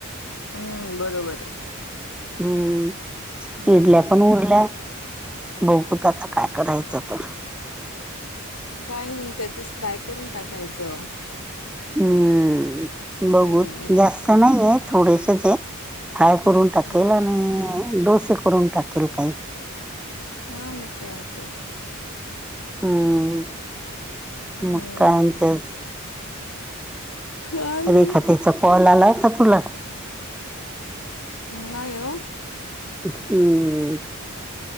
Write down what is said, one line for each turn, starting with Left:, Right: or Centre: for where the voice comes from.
Left: हम्म बरोबर आहे
Centre: हम्म
Left: हम्म
Centre: इडल्या पण उरल्या बघकुत आता काय करायचं चतर
Left: काही नाही त्याच फ्राय करून टाकायचं
Centre: हम्म
Left: हम्म
Centre: बघू जास्त नाही आहे थोडेसेच आहे फ्राय करून टाकेल
Left: हा
Centre: आणि डोसे करून टाकेल काही
Left: हा मग काय तर
Centre: हम्म
Left: हम्म
Centre: काय म्हणते अजून
Left: काही
Centre: रेखा
Left: नाही
Centre: त्याचा कॉल आलाय का तुला
Left: नाही हो
Centre: हम्म